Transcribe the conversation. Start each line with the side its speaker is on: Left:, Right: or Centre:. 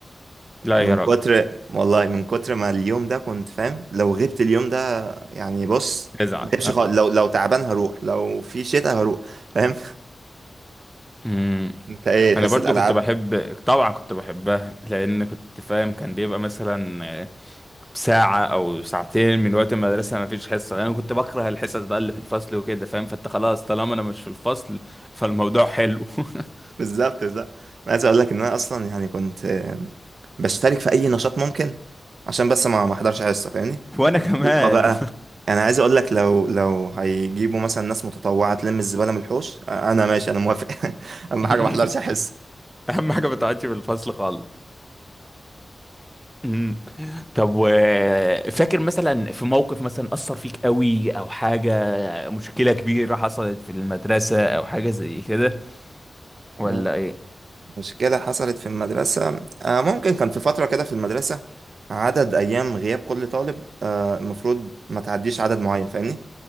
Centre: لا
Right: من
Centre: يا راجل
Right: كتر والله من كتر ما اليوم ده كنت فاهم لو غبت اليوم ده يعني بص
Centre: تزعل
Right: ما غيبش خالص لو لو تعبان هروح لو في شتاء هروح فاهم
Centre: اه
Right: <laughs> انت ايه حصه
Centre: انا برضو
Right: الالعاب
Centre: كنت بحب طبعا كنت بحبها لان كنت فاهم كان بيبقى مثلا ساعة او ساعتين من وقت المدرسة ما فيش حصة لان انا كنت بكره الحصص بقى اللي في الفصل وكده فاهم فانت خلاص طالما انا مش في الفصل فالموضوع حلو <laughs>
Right: بالظبط بالظبط انا عايز اقول لك ان انا اصلا يعني كنت آم، بشترك في اي نشاط ممكن عشان بس ما ما احضرش حصه فاهمني
Centre: وانا كمان
Right: موسيقى بقى انا عايز اقول لك لو لو هيجيبوا مثلا ناس متطوعه تلم الزباله من الحوش آه، انا ماشي انا موافق <laughs> اهم
Centre: <laughs>
Right: حاجه ما احضرش حصه
Centre: اهم حاجة ما تقعدش في الفصل خالص أمم. طب و فاكر مثلا في موقف مثلا أثر فيك قوي او حاجة مشكلة كبيرة حصلت في المدرسة او حاجة زي كده ولا
Right: آه،
Centre: ايه؟
Right: مشكله حصلت في المدرسه آه، ممكن كان في فتره كده في المدرسه عدد ايام غياب كل طالب آه، المفروض ما تعديش عدد معين فاهمني